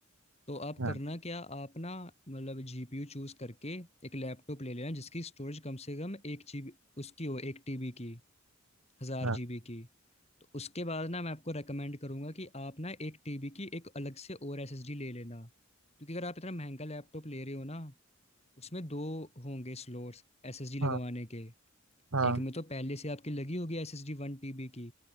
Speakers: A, on the left; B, on the right.
A: तो आप
B: हाँ
A: करना क्या आप ना मतलब जीपीयू चूज करके एक लैपटॉप ले लेना जिसकी स्टोरेज कम से कम एक जीबी उसकी हो एक टीबी की हजार
B: हाँ
A: जीबी की तो उसके बाद ना मैं आपको रेकमेंड करूंगा कि आप ना एक टीबी की एक अलग से और एसएसडी ले लेना क्योंकि अगर आप इतना महंगा लैपटॉप ले रहे हो ना उसमें दो होंगे स्लोट्स एसएसडी लगवाने
B: हाँ
A: के
B: हाँ
A: एक में तो पहले से आपकी लगी होगी एसएसडी वन टीबी की